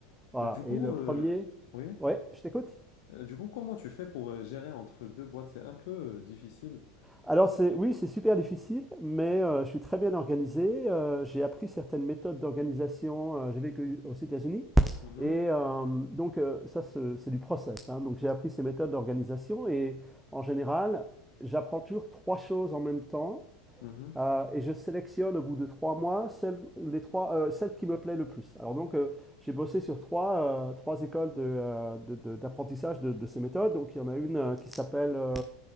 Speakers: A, in the centre; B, on the left.
A: Voilà.
B: Et Du coup,
A: Et le premier,
B: euh, oui.
A: ouais, je t'écoute.
B: Euh, Du coup, comment tu fais pour euh, gérer entre deux boîtes? C'est un peu euh, difficile.
A: Alors c'est oui, c'est super difficile, mais euh, je suis très bien organisé. Euh, j'ai appris certaines méthodes d'organisation. euh, j'ai vécu aux États-Unis.
B: Mhm.
A: Et euh, donc euh, ça, c'est c'est du process. hein. Donc j'ai appris ces méthodes d'organisation. Et en général, j'apprends toujours trois choses en même temps.
B: Mhm.
A: euh, et je sélectionne au bout de trois mois celles, les trois, euh, celles qui me plaît le plus. Alors donc euh, j'ai bossé sur trois, euh, trois écoles de, euh, de- de- d'apprentissage de, de ces méthodes. Donc il y en a une euh, qui s'appelle... euh,